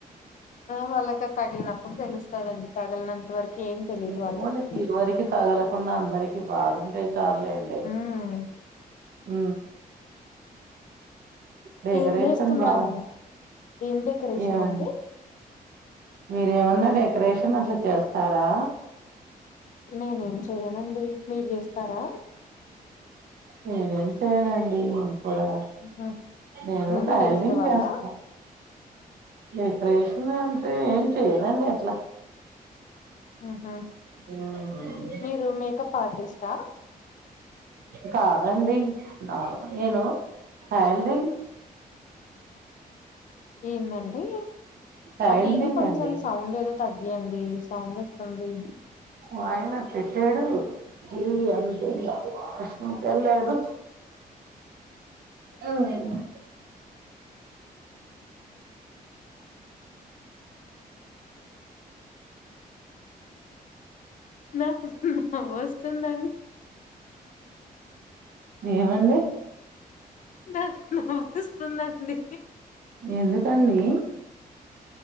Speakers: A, on the left (about 55°); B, on the right (about 75°).
A: ఆ వాళ్ళక తగిలినప్పుడు తెలుస్తుదండి తగల్నంత వరకు ఏం తెలీదు
B: మిపోలికి
A: వాళ్ళకి
B: ఎవరికి తగలకుండా అందరికి బాగుంటే చాల్లేండి.
A: ఉమ్
B: ఊ డెకరేషన్
A: ఏం చేస్తున్నారండి
B: బావుంది
A: ఏం డెకరేషన్
B: ఏవండి
A: అండి
B: మీరేమన్నా డెకరేషన్ అట్లా చేస్తారా.
A: నేనేం చేయనండి మీరు జేస్తారా
B: నేనేం చేయనండి ఇం కూడా
A: ఉహు.
B: నేను
A: ముందు
B: తైయ్లరింగ్
A: చేసే వాళ్ళ
B: చేస్తా డెకరేషన్ అంటే ఏం చెయనండి అట్లా
A: ఆహా
B: ఉమ్,
A: మీరు మేకప్ ఆటిస్టా
B: కాదండి నా నేను టైల్రింగ్
A: ఏందండి
B: టైలరింగ్
A: ఆ టీవీ కొంచం
B: అండి
A: సౌండ్ ఏదో తగ్గియండి సౌండ్ అస్తుంది
B: వయినా పెట్టాడు ఇవి అంతే ఇగ వాష్రూమ్ కెళ్ళాడు
A: <inaudible>
B: ఆ <unintelligible>
A: నాకు నవ్వోస్తుందండి.
B: ఏమండి.
A: నాకు నవ్వోస్తుందండి.
B: ఎందుకండి